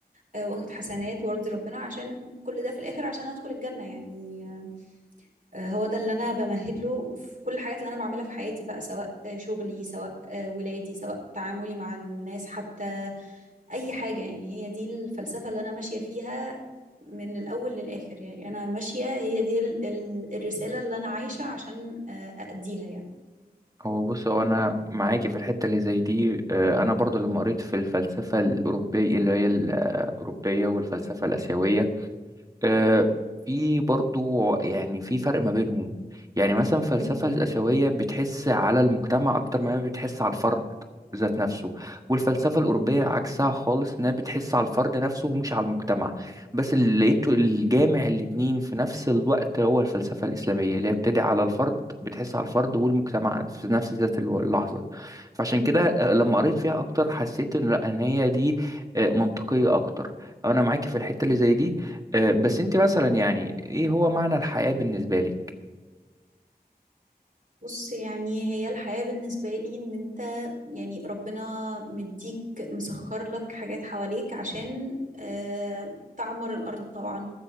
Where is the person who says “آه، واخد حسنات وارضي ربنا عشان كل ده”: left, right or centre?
Right